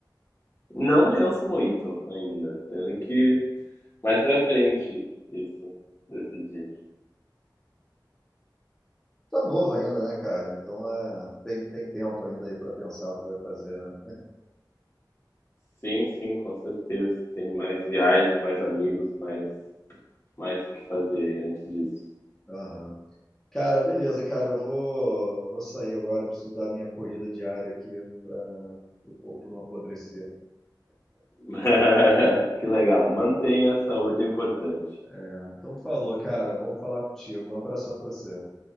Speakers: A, on the left; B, in the centre.
A: Não penso muito ainda, tenho que mais pra frente isso, decidir.
B: Tá novo ainda, né, cara? Então é, tem, tem tempo ainda aí para pensar o que vai fazer, né?
A: Sim, sim, com certeza, tem mais viagens, mais amigos, mais, mais o que fazer antes disso.
B: Aham. Cara, beleza, cara. Eu vou, vou sair agora. Preciso dar minha corrida diária aqui para o corpo não apodrecer.
A: <laughs> Que legal. Mantenha a saúde é importante.
B: É, Então, falou, cara. Bom falar contigo. Um abração pra você.